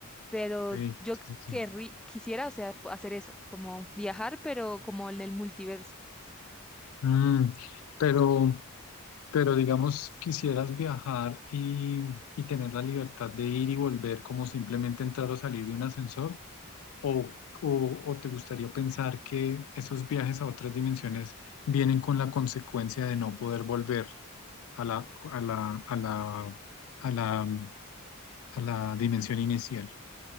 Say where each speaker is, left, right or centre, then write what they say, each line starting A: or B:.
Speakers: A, in the centre; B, on the left.
A: pero
B: Sí,
A: yo
B: sí, sí. sí.
A: querrí- quisiera, o sea, p- hacer eso, como viajar, pero como en el multiverso.
B: Mm, pero, pero digamos, quisieras viajar y, y tener la libertad de ir y volver como simplemente entrar o salir de un ascensor. ¿O, o, o te gustaría pensar que esos viajes a otras dimensiones vienen con la consecuencia de no poder volver a la, a la, a la, a la, a la dimensión inicial?